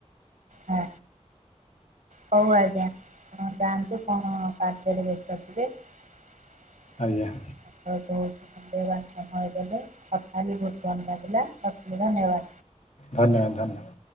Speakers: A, on the right; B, on the left.
A: ହଁ। ହୋଉ ଆଜ୍ଞା ଆପଣ ଯାଆନ୍ତୁ କଣ କାର୍ଯ୍ୟରେ ବ୍ୟସ୍ତ ଥିବେ <inaudible>
B: ଆଜ୍ଞା।
A: ଆପଣ ବହୁତ ମୂଲ୍ୟବାନ ସମୟ ଦେଲେ କଥା ହେଲି ବହୁତ୍ ଭଲ ଲାଗିଲା ରଖିଲି ଧନ୍ୟବାଦ।
B: ଧନ୍ୟବାଦ ଧନ୍ୟବାଦ।